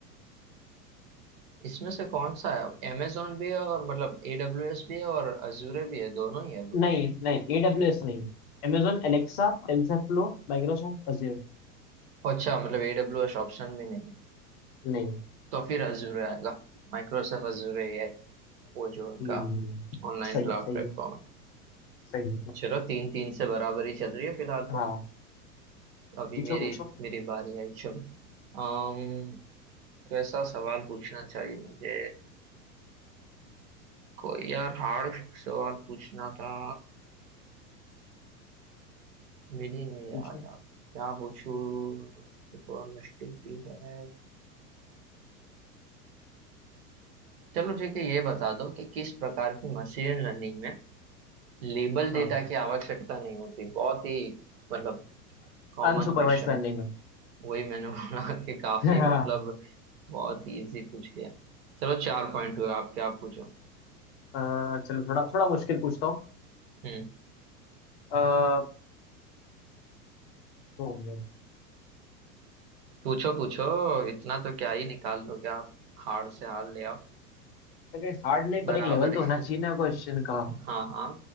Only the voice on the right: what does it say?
इसमें से कौन सा है अमेजोन भी है और मतलब एडब्ल्यूएस भी है और अजूरे भी है दोनों ही है
अच्छा मतलब AWS ऑप्शन में नहीं है
तो फिर अजूर आएगा माइक्रोसॉफ्ट अजूर एआई वो जो उनका
ऑनलाइन
क्लाउड
प्लेटफॉर्म
है
चलो तीन तीन से बराबरी चल रही है फिलहाल
तो अभी
मेरी
मेरी बारी आई चलो अम्म कैसा सवाल पूछना चाहिए मुझे कोई यार हार्ड सवाल पूछना था मिल ही नहीं
रहा यार क्या पूछूं जो थोड़ा मुश्किल भी है चलो ठीक है ये बता दो कि किस प्रकार की मशीन लर्निंग में लेबल
डेटा की आवश्यकता नहीं होती बहुत ही मतलब कॉमन
क्वेश्चन
वही मैंने <laughs> बोला कि काफी
मतलब बहुत ही इजी पूछ लिया चलो चार पॉइंट हुए आपके आप पूछो
हम्म
पूछो पूछो इतना तो क्या ही निकाल लोगे आप हार से हार ले आओ
बराबर
है
<laughs> हाँ हाँ